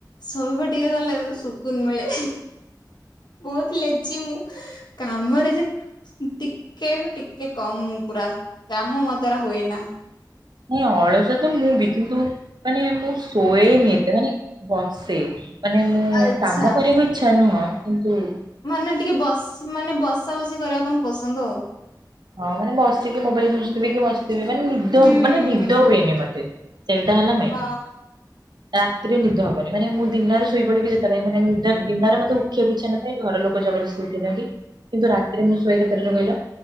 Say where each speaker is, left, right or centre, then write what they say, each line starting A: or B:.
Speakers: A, on the left; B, on the right.
A: ଶୋଇବା ଟିକେ ଗଲେ ସୁକୁନ ମିଳେ। ବହୁତ ଲେଜି ମୁଁ। କାମରେ ଯେ ଟିକେ ରୁ ଟିକେ କମ୍ ମୁଁ ପୁରା। କାମ ମୋ ଦ୍ଵାରା ହୁଏନା।
B: ନାଇଁ ଅଳସୁଆ ତ ମୁଁ ବି। କିନ୍ତୁ ମାନେ ମୁଁ ଶୋଏନି ଏତେ ମାନେ ବସେ। ମାନେ ମୁଁ
A: ଆଚ୍ଛା
B: କାମ କରିବାକୁ ଇଚ୍ଛା ନୁହଁ। କିନ୍ତୁ
A: ମାନେ ଟିକେ ବସ ମାନେ ବସା ବସି କରିବାକୁ ତମକୁ ପସନ୍ଦ ଆଉ।
B: ହଁ ମାନେ ବସିକି ମୋବାଇଲ ଖେଞ୍ଚୁଥିବି କି ବସିଥିବି, ମାନେ ନିଦ
A: ହୁଁ।
B: ମାନେ ନିଦ ହୁଏନି ମତେ। ସେଇଟା ହେଲା ମେନ୍।
A: ହଁ
B: ରାତିରେ ନିଦ ହବନି। ମାନେ ମୁଁ ଦିନରେ ଶୋଇପଡିବି ଯେତେବେଳେ ମାନେ ନିଦ ଦିନରେ ମୋତେ ଉଠିବାକୁ ଇଚ୍ଛା ନ ନାଇ ଘର ଲୋକ ଜବରଦସ୍ତି ଉଠେଇଦିଅନ୍ତି। କିନ୍ତୁ ରାତିରେ ମୁଁ ଶୁଏ କେତେଟା ରେ କହିଲ?